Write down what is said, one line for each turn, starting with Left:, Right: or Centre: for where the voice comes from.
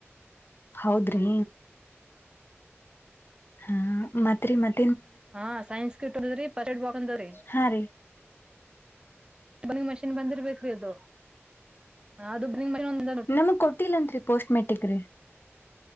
Left: ಹೌದ್ರಿ ಹಾ ಮತ್ರಿ ಮತ್
Right: ಹಾ ಸೈನ್ಸ್ ಇಟ್ ರಿ ಪರಿಟ್ ಬಾಕ್ಂದವ್ರಿ
Left: ಹಾ ರೀ
Right: ನಿಂಗ್ ಮಷಿನ್ ಬಂದಿರ್ಬೇಕ್ರಿ ಅದು ಅದು ಬನ್ನಿಂಗ್ ಮಷಿನ್ ಒಂದ
Left: ನಮಗ್ ಕೊಟ್ಟಿಲ್ಲಂರಿ ಪೋಸ್ಟ್ ಮೆಟ್ ಟೆಕ್ ರಿ